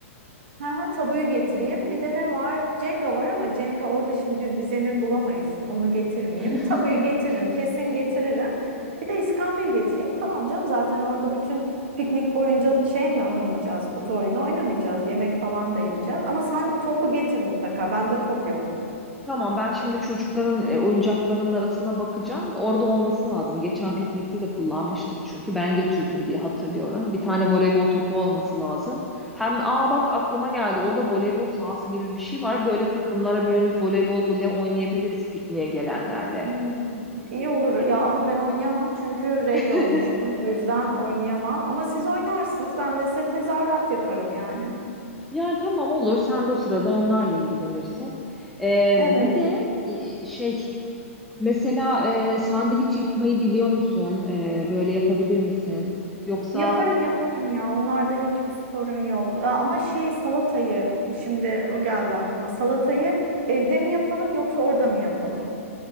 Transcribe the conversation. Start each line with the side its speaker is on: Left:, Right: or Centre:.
Right: Ha, ha, tabuyu getireyim. Bir de ne var? Cenga var ama Cenga orada şimdi düz bir zemin bulamayız. Onu getirmeyeyim.
Centre: <laughs>
Right: Tabuyu getiririm. Kesin getiririm. Bir de iskambil getireyim. Tamam canım zaten orada bütün piknik boyunca şey mi oynayacağız? Kutu oyunu oynamayacağız. Yemek falan da yiyeceğiz. Ama sen topu getir mutlaka. Bende top yok.
Centre: Tamam ben şimdi çocukların e, oyuncaklarının arasına bakacağım. Orada olması lazım. Geçen piknikte de kullanmıştık çünkü ben götürdüm diye hatırlıyorum. Bir tane voleybol topu olması lazım. Hem aa bak aklıma geldi. Orada voleybol sahası gibi bir şey var. Böyle takımlara bölünüp voleybol bile oynayabiliriz pikniğe gelenlerle.
Right: Hmm, iyi olur ya ama ben oynayamam çünkü regle
Centre: <laughs>
Right: olmuştum. O yüzden oynayamam. Ama siz oynarsınız. Ben de size tezahürat yaparım yani.
Centre: Yani tamam olur. Sen de o sırada onlarla ilgilenirsin. Ee,
Right: Evet.
Centre: bir de e, şey mesela e, sandviç yapmayı biliyor musun? Ee, böyle yapabilir misin? Yoksa
Right: Yaparım yaparım ya. Onlarda hiçbir sorun yok. Aa, Ama şey salatayı şimdi o geldi aklıma. Salatayı evde mi yapalım yoksa orada mı yapalım?